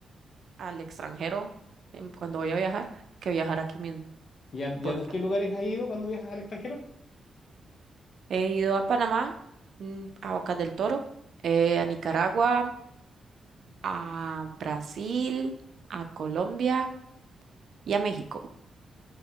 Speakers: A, on the right; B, on the left.
A: al extranjero em, cuando voy a viajar que viajar aquí mismo.
B: ¿Y a,
A: Porque
B: y a qué lugares has ido cuando viajas al extranjero?
A: he ido a Panamá, mm, a Bocas del Toro, eh, a Nicaragua, a Brasil, a Colombia y a México.